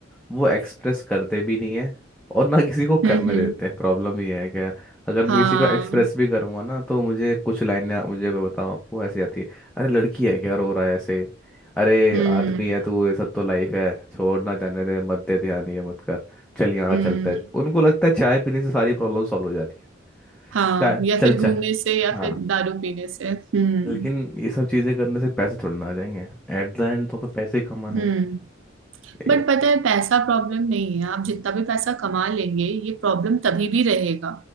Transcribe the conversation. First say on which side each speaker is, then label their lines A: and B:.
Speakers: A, in the centre; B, on the right.
A: वो एक्सप्रेस करते भी नहीं है और ना किसी को
B: हम्म
A: करने
B: हम्म
A: देते हैं प्रॉब्लम ये है क्या अगर
B: हाँ
A: मैं किसी को एक्सप्रेस भी करूंगा ना तो मुझे कुछ लाइनें मुझे मैं बताऊं आपको ऐसी आती है अरे लड़की है क्या रो रहा है ऐसे अरे
B: हम्म
A: आदमी है तू ये सब तो लाइफ है छोड़ ना जाने दे मत दे ध्यान ये मत कर चल यहाँ
B: हम्म
A: चलते हैं उनको लगता है चाय पीने से सारी प्रॉब्लम सॉल्व हो जाती है
B: हाँ
A: चाय
B: या
A: चल
B: फिर घूमने
A: चाय
B: से या
A: हाँ
B: फिर दारू पीने से हम्म
A: लेकिन ये सब चीजें करने से पैसे थोड़ी ना आ जाएंगे एट द एंड तो हमें पैसे ही कमाने
B: हम्म
A: हैं ए-
B: बट पता है पैसा प्रॉब्लम नहीं है आप जितना भी पैसा कमा लेंगे ये प्रॉब्लम तभी भी रहेगा